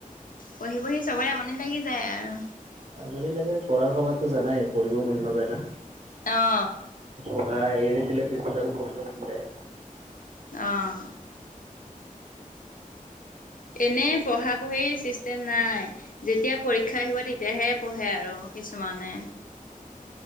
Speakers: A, on the left; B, on the right.
A: পঢ়ি পঢ়ি চবৰে আমনি লাগি যায় আৰু
B: আমনি লাগে পঢ়াৰ সময়তো জানাই পঢ়িব মন নাযায় না।
A: অ
B: পঢ়া এৰি দিলে পিছত তাক পঢ়িব মন যায়।
A: আহ এনে পঢ়া পঢ়ি চিষ্টেম নাই যেতিয়া পৰীক্ষা আহিব তেতিয়াহে পঢ়ে আৰু কিছমানে মানে